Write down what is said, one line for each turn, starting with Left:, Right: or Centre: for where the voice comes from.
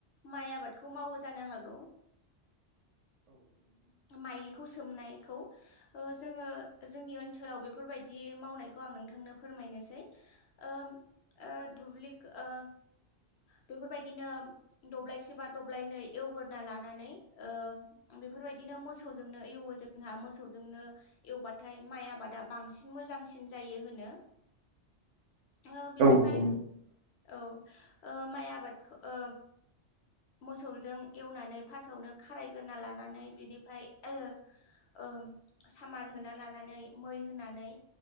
Left: माइ आबादखौ मावो जानो हाग गौ।
Right: <unintelligible>
Left: माइलिखौ सोमनायखौ ओ जोङो जोंनि ओनसोलाव बेफोरबायदि मावनायखौ आं नोंथांनो फोरमायनोसै। ओ ओ दुब्लि ओ बेफोरबायदिनो दब्लायसे बा दब्लायनै एवग्रोना लानानै ओ बेफोरबायदिनो मोसौजोंनो एवो जोंहा मोसौजोंनो एवबाथाय माइ आबादा बांसिन मोज जांसिन जायो होनो।
Right: <inaudible>
Left: ओ बेनिफ्राय
Right: औ नंगौ नोंथां
Left: औ। ओ माइ आबादखो ओ मोसौजों एवनानै फास्टावनो खारायग्रोना ला लानानै बिनिफ्राय ओ ओ सामार होना लानानै मै होनानै